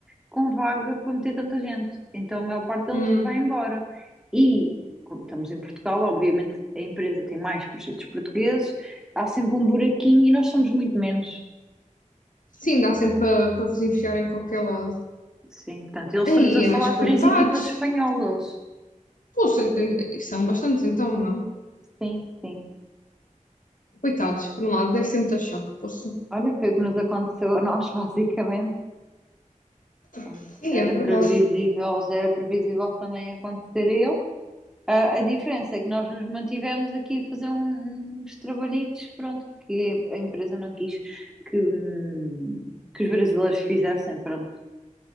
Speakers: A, in the centre; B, on the left (about 80°).
A: com vaga para meter tanta gente. Então a maior parte deles
B: Hum.
A: vai embora. E, como estamos em Portugal, obviamente a empresa tem mais projetos portugueses, há sempre um buraquinho e nós somos muito menos.
B: Sim, dá sempre para para vos enfiar em qualquer lado.
A: Sim, portanto, eles
B: Aí,
A: estamos a falar
B: mas coitados.
A: três equipas espanholas.
B: Poxa, e são bastantes então, não?
A: Sim, sim.
B: Coitados, por um lado, deve ser muito chato. Poxa.
A: Olha, foi o que nos aconteceu a nós, <laughs> basicamente. Pronto,
B: Sim,
A: Era
B: é verdade.
A: previsível, já era previsível que também acontecer a ele. Ah, a diferença é que nós nos mantivemos aqui a fazer um- uns trabalhitos, pronto, que a empresa não quis que, hum, que os brasileiros fizessem, pronto.